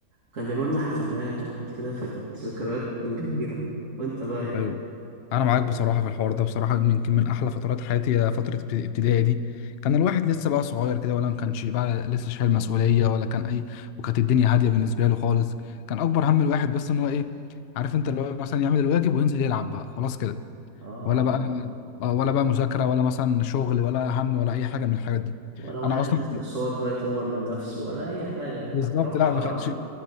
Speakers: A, on the right (about 50°); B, on the left (about 75°).
A: كان بيعملوا لنا حفلات وحاجات كده فكانت ذكريات جميلة وانت بقى إيه؟
B: ايوه انا
A: كانت-
B: معاك بصراحه في الحوار ده بصراحه يمكن من احلى فترات حياتي هي فتره ابت- ابتدائي دي كان الواحد لسه بقى صغير كده ولا ما كانش بقى لسه شايل مسؤوليه ولا كان اي وكانت الدنيا هاديه بالنسبه له خالص كان اكبر هم الواحد بس ان هو ايه عارف انت اللي هو مثلا يعمل الواجب وينزل يلعب بقى خلاص كده
A: اه
B: ولا بقى آه، ولا بقى مذاكره ولا مثلا شغل ولا هم ولا اي حاجه من الحاجات دي
A: ولا واحد
B: انا اصلا
A: بياخد كورسات بقى يطور من نفسه ولا أي حاجة
B: بالظبط
A: كنت أروح
B: لا
A: أقعد
B: ما
A: ألعب
B: كانش